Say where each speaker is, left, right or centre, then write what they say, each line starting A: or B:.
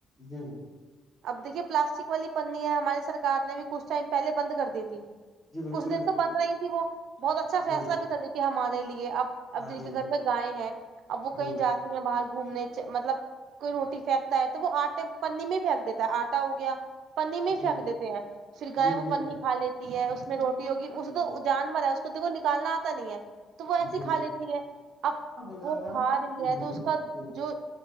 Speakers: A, on the left; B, on the right.
A: جی <inaudible>
B: اب دیکھیے پلاسٹک والی پنی ہے ہماری سرار نے بھی کچھ ٹائم پہلے بند کر دی تھی
A: جی بالکل
B: کچھ دن تو
A: بالکل
B: بند رہا ہی تھی وہ بہت اچھا فیصلہ
A: جی
B: بھی تھا دیکھے ہمارے لیے اب
A: ہاں
B: اب د
A: جی
B: کے گھر میں گائےیں ہیں اب وہ
A: جی
B: کہیں جاتی ہیں باہر گھومنے مطلب کوئی روٹی پھینکتا ہے تو وہ آٹے پنی میں پھینک دیتا ہے آٹا ہو گیا پنی میں ہی
A: جی
B: پھینک دیتے ہیں پھر گائے
A: جی
B: وہ
A: بالکل
B: پنی کھا لیتی ہے اس میں روٹی ہوگی اس
A: جی
B: تو جانور ہے خود کو نکالنا آتا نہیں ہے تو وہ ایسی
A: جی
B: کھا لیتی ہے اب
A: جیاتا
B: وہ کھا
A: ہے
B: رہی ہے
A: جی
B: تو اس کا
A: جی
B: جو